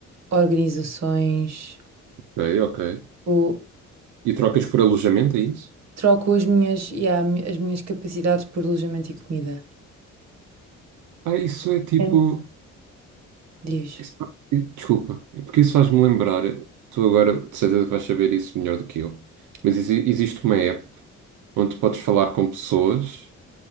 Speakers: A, on the right; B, on the right.
A: organizações.
B: ok, ok.
A: Tipo,
B: E trocas por alojamento, é isso?
A: troco as minhas, yeah, as minhas capacidades por alojamento e comida.
B: Ah, isso é tipo.
A: É. Diz.
B: isso- Desculpa, é porque isso faz-me lembrar. Tu agora, de certeza, que vais saber isso melhor do que eu. Mas exi- existe uma app onde tu podes falar com pessoas.